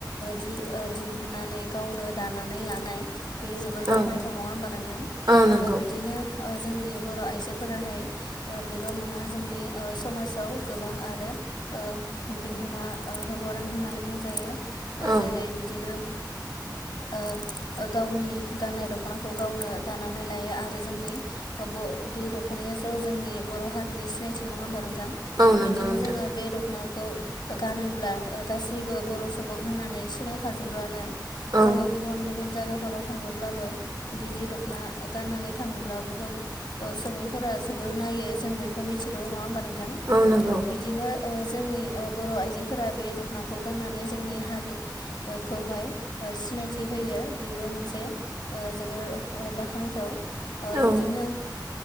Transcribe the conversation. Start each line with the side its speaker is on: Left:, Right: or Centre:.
Left: दि दिहुननानै गावनो दानानै लानाय बेयो जोबोर बाख्नायथाव
Right: औ
Left: नङा होमबा नोंथां ओ
Right: औ नंगौ
Left: बिदिनो ओ जोंनि बर' आइजोफोराहाय बेल' नङा जोंनि ओ समाजाव गोबां आरो ओ बिहोमा ओ होबावदों होननानै बुंजायो ओ
Right: औ
Left: जेरै बिदिनो ओ ओ गावनि गाननाय दख'नाखौ गावनो दानानै लायो आरो जोंनि बे दख'नाय ज' जोंनि बर' हारिनि सिनायथि नङा होम
Right: औ नंगौ
Left: बिदिनो
Right: नोंथां
Left: जोङो बे दख'नाखौ गानोब्ला ओ गासैबो बर' सुबुं होननानै सिनायखाजोबोआनो
Right: औ
Left: जोङो गुबुन गुबुन जायगाफोराव थां थाङोब्लाबो बिदि दख'ना गाननानै थाङोब्ला गुबुन ओ सुबुंफोरा जोबोर नाय नायो जों बेखौ मिथिगौ नङा होनबा नोंथां
Right: औ नंगौ
Left: ओ बिदिनो ओ जोंनि ओ बर' आइजो फोरा बे दख'नाखौ गाननानै जोंनि हारि खौहाय सिनायथि होयो बेबो मोनसे ओ जोबोर ओ बाख्नायथाव ओ
Right: औ
Left: बिदिनो